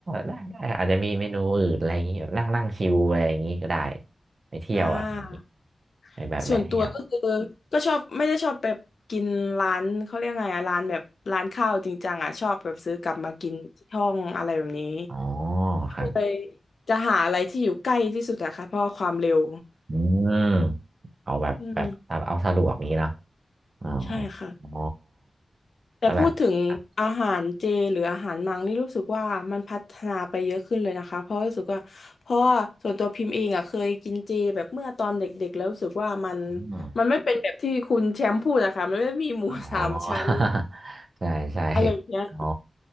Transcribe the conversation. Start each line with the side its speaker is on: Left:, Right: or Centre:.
Right: ได้ได้อาจจะมีเมนูอื่นอะไรอย่างงี้นั่งนั่งชิวอะไรอย่างงี้ก็ได้ไปเที่ยวอะไรอย่างงี้
Left: อ่า
Right: ไปแบบแวะเที่ยว
Left: ส่วนตัวก็คือก็ชอบไม่ได้ชอบแบบกินร้านเขาเรียกไงอะร้านแบบร้านข้าวจริงจังอะชอบแบบซื้อกลับมากินที่ห้องอะไรแบบนี้
Right: อ๋อครับ
Left: ก็เลยจะหาอะไรที่อยู่ใกล้ที่สุดอะค่ะเพราะความเร็ว
Right: อืมเอาแบบแบบแบบเอาสะดวกนี้เนอะ
Left: อืม
Right: อ๋อ
Left: ใช่ค่ะ
Right: อ๋อ
Left: แต่พูดถึงอาหารเจหรืออาหารมังนี่รู้สึกว่ามันพัฒนาไปเยอะขึ้นเลยนะคะเพราะรู้สึกว่าเพราะว่าส่วนตัวพิมพ์เองอ่ะเคยกินเจแบบเมื่อตอนเด็กๆแล้วรู้สึกว่ามัน
Right: แล้วแบบครับอม
Left: มันไม่เป็นแบบที่คุณแชมป์พูดอะค่ะมันไม่มีหมูสามชั้น
Right: อ๋อ <laughs> ใช่ใช่
Left: อะไรอย่างเงี้ย
Right: อ๋อ